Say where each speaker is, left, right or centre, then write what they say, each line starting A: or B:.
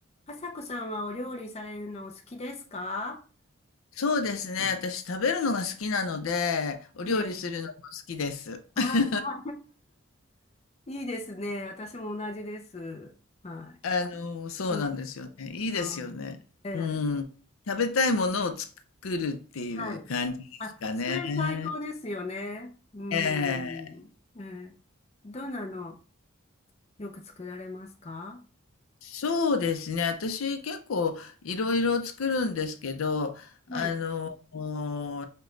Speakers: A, on the left; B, on the left.
A: あさこさんはお料理されるのお好きですか
B: そうですね。私食べるのが好きなので、お料理するのも好きです。
A: ええ。ああ、
B: <laughs>
A: <laughs> いいですね。私も同じです。はい。
B: あの、そうなんですよね。
A: うん、
B: いいですよね。
A: あー、ええ。
B: うん。食べたいものを作るっていう感じですかね。
A: はい。あ、それ最高ですよね。うん。
B: ええ。
A: ええ。どんなのよく作られますか
B: そうですね。私結構いろいろ作るんですけど、あの、
A: はい。
B: お